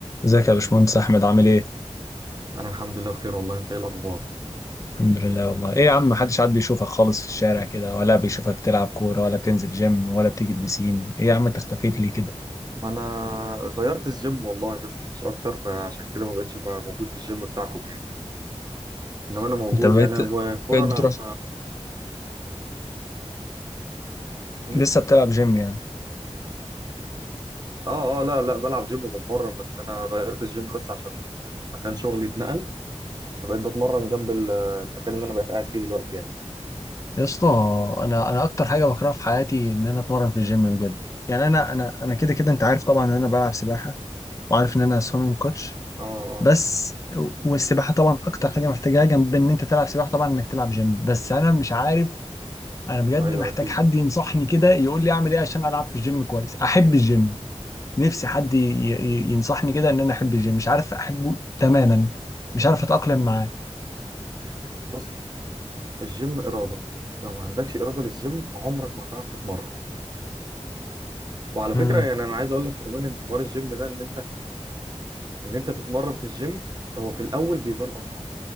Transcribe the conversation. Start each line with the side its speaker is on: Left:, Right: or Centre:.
Left: ازيك يا باشمهندس احمد عامل ايه
Right: انا الحمد لله بخير والله انت ايه الاخبار
Left: الحمد لله والله ايه يا عم محدش عاد بيشوفك خالص في الشارع كده ولا بيشوفك تلعب كوره ولا بتنزل جيم ولا بتيجي البسين ايه يا عم انت اختفيت ليه كده
Right: ما انا غيرت الجيم والله بس مش اكتر فعشان كده ما بقتش بقى موجود في الجيم بتاعكم يعني انما انا موجود
Left: انت بقيت
Right: يعني والكوره
Left: بقيت
Right: انا
Left: بتروح
Right: أمم؟
Left: لسه بتلعب جيم يعني
Right: اه اه لا لا بلعب جيم وبتمرن بس انا غيرت الجيم بس عشان مكان شغلي اتنقل فبقيت بتمرن جنب ال- المكان اللي انا بقيت قاعد فيه دلوقتي يعني
Left: يا اسطى انا انا اكتر حاجه بكرهها في حياتي ان انا اتمرن في الجيم بجد يعني انا انا انا كده كده انت عارف طبعا ان انا بلعب سباحه وعارف ان انا سويمنج كوتش
Right: اه
Left: بس والسباحه طبعا اكتر حاجه محتاجاها جنب ان انت تلعب سباحه طبعا انك تلعب جيم بس انا مش عارف انا بجد
Right: اه ايوه
Left: محتاج
Right: اكيد
Left: حد ينصحني كده يقول لي اعمل ايه عشان العب في الجيم كويس احب الجيم نفسي حد ي- ي- ينصحني كده ان انا احب الجيم مش عارف احبه تماما مش عارف اتاقلم معاه
Right: بص الجيم اراده لو ما عندكش اراده للجيم عمرك ما هتعرف تتمرن وعلى
Left: امم
Right: فكره يعني انا عايز اقول لك كمان ان حوار الجيم ده ان ان انت تتمرن في الجيم هو في الاول بيبان اصعب